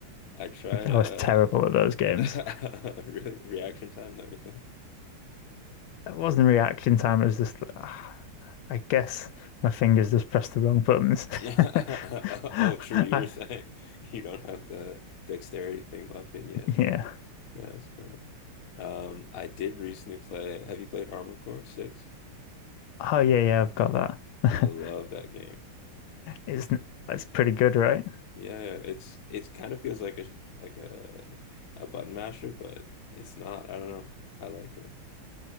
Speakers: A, on the left (about 55°); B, on the left (about 80°).
A: I tried
B: Like I
A: uh
B: was terrible at those games.
A: <laughs> really reaction time, not your thing.
B: It wasn't reaction time, it was just ah, I guess my fingers just pressed the wrong buttons.
A: <laughs> Oh,
B: <laughs> I,
A: true. You were saying <laughs> you don't have the dexterity thing locked in yet.
B: yeah.
A: Yeah, that's fair. Um, I did recently play. Have you played Armored Core 6?
B: Oh yeah, yeah, I've got that. <laughs>
A: I love that game.
B: It's it's pretty good, right?
A: Yeah, it's it's kind of feels like a sh- like a a button masher, but it's not. I don't know. I liked it.